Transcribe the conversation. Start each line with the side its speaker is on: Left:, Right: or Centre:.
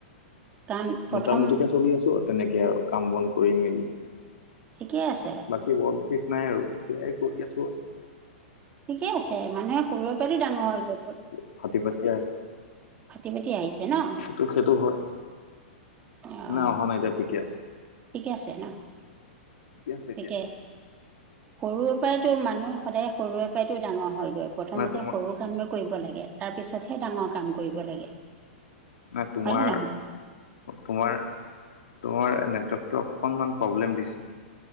Right: কাৰণ প্ৰথম
Left: মোটামুটিকে চলি আছো আৰু তেনেকে আৰু কাম বন কৰি মেলি
Right: ঠিকেই আছে।
Left: বাকী বৰ বিশেষ নাই আৰু, সেয়াই কৰি আছো আৰু।
Right: ঠিকে আছে, মানুহে সৰুৰে পৰাটো ডাঙৰ হৈ গৈ
Left: <unintelligible> আৰু
Right: ফাটি-ফাটি আহিছে নহ?
Left: সেইটো-সেইটো হয়।
Right: অঁ
Left: নাই অহা নাই, এতিয়া ঠিকে আছে।
Right: ঠিকে আছে নহ,
Left: ঠিকে আছে
Right: ঠিকেই
Left: এতিয়া
Right: সৰুৰে পৰাইতটো মানুহ, সদায় সৰুৰে পৰাইতটো ডাঙৰ হয় গৈ। প্ৰথমতে
Left: নাই তোমাৰ
Right: সৰু কামেই কৰিব লাগে, তাৰ পিছতহে ডাঙৰ কাম কৰিব লাগে।
Left: নে তোমাৰ
Right: হয়নে নহয়
Left: তোমাৰ-তোমাৰ নেটৱৰ্কতটো অকনমান প্ৰব্লেম দিছে।